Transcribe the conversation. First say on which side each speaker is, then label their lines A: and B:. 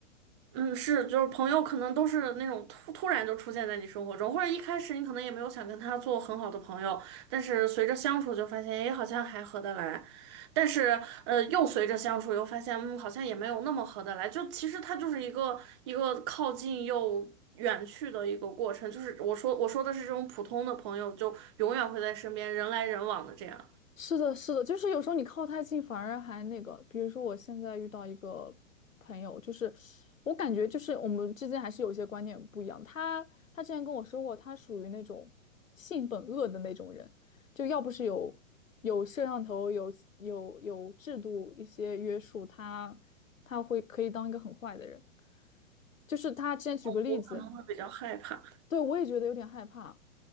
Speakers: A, on the right; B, on the left.
A: 嗯，是，就是朋友可能都是那种突突然就出现在你生活中，或者一开始你可能也没有想跟他做很好的朋友，但是随着相处就发现，哎，好像还合得来。但是，呃，又随着相处又发现，嗯，好像也没有那么合得来。就其实他就是一个一个靠近又远去的一个过程。就是我说我说的是这种普通的朋友，就永远会在身边，人来人往的这样，
B: 是的，是的，就是有时候你靠太近反而还那个，比如说我现在遇到一个朋友，就是我感觉就是我们之间还是有一些观念不一样。他他之前跟我说过，他属于那种性本恶的那种人，就要不是有有摄像头、有有有制度一些约束，他他会可以当一个很坏的人。就是他之前举个例子，
A: 我可能会比较害怕。
B: 对我也觉得有点害怕。